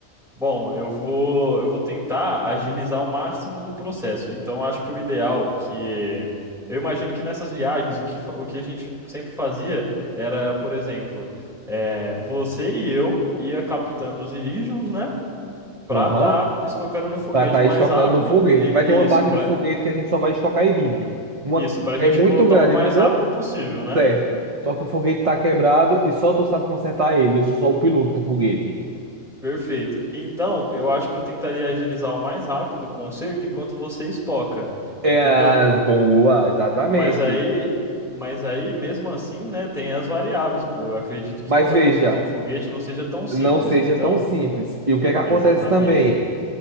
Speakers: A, in the centre; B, on the right (about 30°).
A: Bom, eu vou, eu vou tentar agilizar o máximo do processo. Então, acho que o ideal que eu imagino que nessas viagens o que, fa- o que a gente sempre fazia era, por exemplo, eh, você e eu ia captando os Iridiums, né? Pra
B: Aham.
A: tá estocando no foguete
B: Pra estar
A: o mais
B: estocando
A: rápido
B: no foguete.
A: e
B: Vai
A: e
B: ter uma
A: isso,
B: parte
A: pra
B: do foguete que a gente só vai estocar irídio. Uma...
A: isso, para
B: É
A: a gente
B: muito
A: voltar
B: grande,
A: o mais
B: entendeu?
A: rápido possível, né?
B: Certo. Só que o foguete tá quebrado e só tu sabe consertar ele. Eu sou só o piloto do foguete.
A: Perfeito. Então, eu acho que eu tentaria agilizar o mais rápido o conserto enquanto você estoca,
B: É,
A: entendeu?
B: boa, exatamente.
A: Mas aí, mas aí, mesmo assim, né, tem as variáveis, pô. Eu acredito que
B: Mas
A: para
B: veja,
A: consertar um foguete não seja tão simples,
B: não seja
A: então.
B: tão simples. E o que é que
A: Exatamente.
B: acontece também?